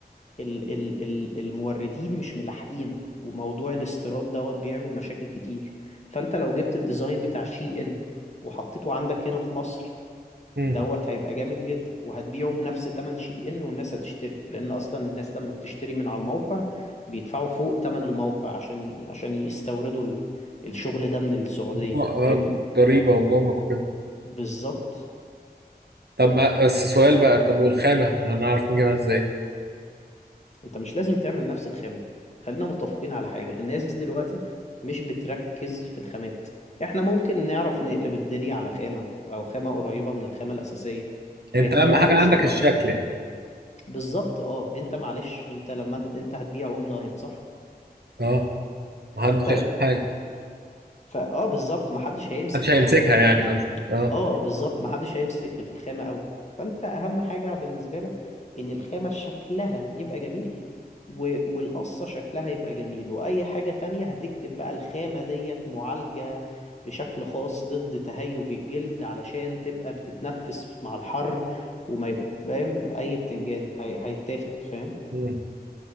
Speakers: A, on the left (about 45°); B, on the right (about 80°).
A: ال ال ال الموردين مش ملاحقين وموضوع الاستيراد دوت بيعمل مشاكل كتير فانت لو جبت الديزاين بتاع شي ان وحطيته عندك هنا في مصر
B: امم
A: دوت هيبقى جامد جدا وهتبيعه بنفس تمن شي ان والناس هتشتري لان اصلا الناس لما بتشتري من على الموقع بيدفعوا فوق تمن الموقع عشان ي... عشان يستوردوا ال... الشغل ده من السعودية
B: آه،
A: فاهمني
B: ضريبه وجمرك وكده
A: بالظبط
B: طب ما بس سؤال بقى طب والخامه هنعرف نجيبها ازاي
A: انت مش لازم تعمل نفس الخامة خلينا متفقين على حاجة الناس دلوقتي مش بتركز في الخامات احنا ممكن نعرف نقلب الدنيا على خامة او خامة قريبة من الخامة الأساسية فاهم
B: انت اهم
A: وهنوصل
B: حاجه عندك
A: لها
B: الشكل يعني
A: بالظبط اه انت معلش انت لما انت, انت هتبيع اونلاين صح
B: اه محدش
A: فانت
B: هيشوف حاجه
A: فاه بالظبط ما حدش هيمسك
B: محدش هيمسكها
A: حاجه ما
B: يعني
A: حدش
B: قصدي اه
A: اه بالظبط ما حدش هيمسك الخامه قوي فانت اهم حاجه بالنسبه لك ان الخامه شكلها يبقى جميل و... والقصه شكلها يبقى جميل واي حاجه تانية هتكتب بقى الخامه ديت معالجه بشكل خاص ضد تهيج الجلد علشان تبقى بتتنفس مع الحر وما يبقى فاهم اي بتنجان هي... هيتاخد فاهم
B: مم.